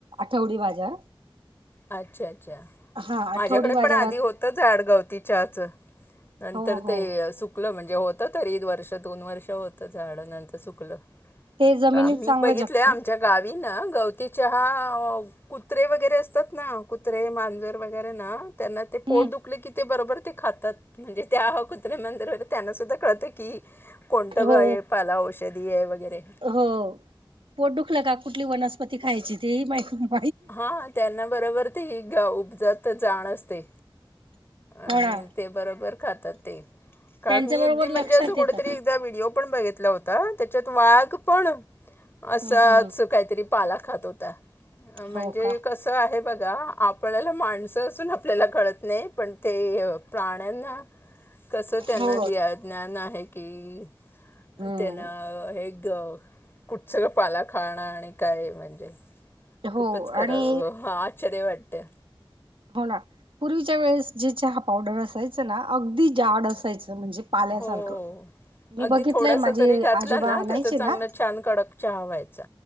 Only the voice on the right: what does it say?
आठवडी बाजार
हा
आठवडी बाजारात
हो हो
ते जमिनीत
चांगलं
जगतं.
हम्म
हो
हो पोट दुखलं का कुठली वनस्पती खायची तेही माहिती
हो ना
त्यांच्या
बरोबर
लक्षात
येतं.
हम्म हम्म
हो का
हो
हम्म
हो
आणि
हो ना पूर्वीच्या वेळेस जे चहा पावडर असायच ना, अगदी जाड असायचं म्हणजे पाल्यासारखं.
मी
बघितलंय
माझे
आजोबा
आणायचे
ना